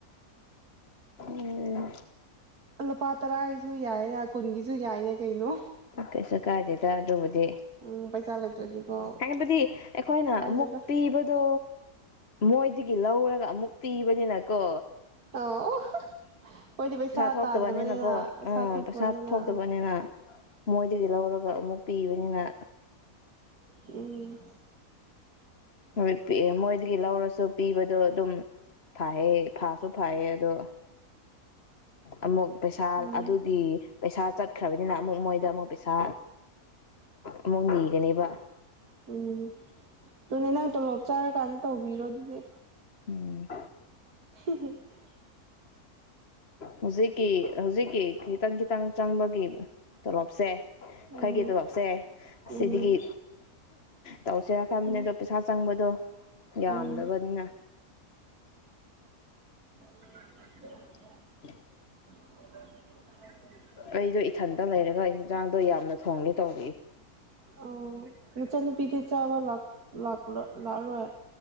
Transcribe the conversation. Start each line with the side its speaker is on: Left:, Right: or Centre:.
Left: ꯎ
Right: ꯂꯨꯄꯥ ꯇꯔꯥꯒꯤꯁꯨ ꯌꯥꯏꯅ ꯀꯨꯟꯒꯤꯁꯨ ꯌꯥꯏꯅꯦ ꯀꯩꯅꯣ
Left: ꯀꯩꯁꯨ ꯀꯥꯏꯗꯦꯗ ꯑꯗꯨꯕꯨꯗꯤ
Right: ꯎꯝ ꯄꯩꯁꯥ ꯂꯩꯇ꯭ꯔꯗꯤꯀꯣ
Left: ꯍꯥꯏꯕꯗꯤ ꯑꯩꯈꯣꯏꯅ
Right: ꯀꯥꯏꯗꯦꯗ
Left: ꯑꯃꯨꯛ ꯄꯤꯕꯗꯣ ꯃꯣꯏꯗꯒꯤ ꯂꯧꯔꯒ ꯑꯃꯨꯛ ꯇꯤꯕꯅꯤꯅꯀꯣ
Right: ꯑꯣ ꯃꯣꯏꯗꯤ ꯄꯩꯁꯥ
Left: ꯊꯣꯛꯇꯕꯅꯤꯅꯀꯣ
Right: ꯇꯥꯟꯗꯕꯅꯤꯅ ꯆꯥ
Left: ꯎꯝ
Right: ꯊꯣꯛꯄꯅꯤꯅ
Left: ꯄꯩꯁꯥ ꯊꯣꯛꯇꯕꯅꯤꯅ
Right: ꯑ
Left: ꯃꯣꯏꯗꯒꯤ ꯂꯧꯔꯒ ꯑꯃꯨꯛ ꯄꯤꯕꯅꯤꯅ
Right: ꯎꯝ
Left: ꯄ ꯃꯣꯏꯗꯒꯤ ꯂꯧꯔꯁꯨ ꯄꯤꯕꯗꯣ ꯑꯗꯨꯝ ꯐꯩꯌꯦ ꯐꯥꯁꯨ ꯐꯩꯌꯦ ꯑꯗꯣ ꯑꯃꯨꯛ ꯄꯩꯁꯥ
Right: ꯎꯝ
Left: ꯑꯗꯨꯒꯤ ꯄꯩꯁꯥ ꯆꯠꯈ꯭ꯔꯕꯅꯤꯅ ꯑꯃꯨꯛ ꯃꯣꯏꯗ ꯑꯃꯨꯛ ꯄꯩꯁꯥ ꯑꯃꯨꯛ ꯅꯤꯒꯅꯦꯕ
Right: ꯎꯝ ꯑꯗꯨꯅꯦ ꯅꯪ ꯇꯣꯂꯣꯞ ꯆꯥꯔꯀꯥꯟꯗ ꯇꯧꯕꯤꯔꯣ ꯑꯗꯨꯗꯤ
Left: ꯎꯝ
Right: <unintelligible>
Left: ꯍꯧꯖꯤꯛꯀꯤ ꯍꯧꯖꯤꯛꯀꯤ ꯈꯤꯇꯪ ꯈꯤꯇꯪ ꯆꯪꯕꯒꯤ ꯇꯣꯂꯣꯞꯁꯦ ꯑꯩꯣꯏꯒꯤ
Right: ꯎꯝ
Left: ꯇꯣꯂꯣꯞꯁꯦ
Right: ꯎꯝ
Left: ꯁꯤꯗꯒꯤ ꯇꯧꯁꯤꯦꯔꯈꯕꯃꯤꯅꯦ
Right: ꯎꯝ
Left: ꯑꯗꯣ ꯄꯩꯁꯥ ꯆꯪꯕꯗꯣ ꯌꯥꯝꯗꯕꯅꯤꯅ
Right: ꯎꯝ ꯆ
Left: <unintelligible>
Right: ꯑꯣ
Left: ꯑꯩꯗꯣ ꯏꯊꯟꯗ ꯂꯩꯔꯒ ꯏꯟꯖꯥꯡꯗꯣ ꯌꯥꯝꯅ ꯊꯣꯡꯅꯤ ꯇꯧꯔꯤ
Right: ꯑꯣ ꯅꯆꯅꯤ ꯄꯤꯊ ꯆꯥꯕ ꯂꯥꯛ ꯂꯥꯛꯂ ꯂꯥꯛꯔꯦ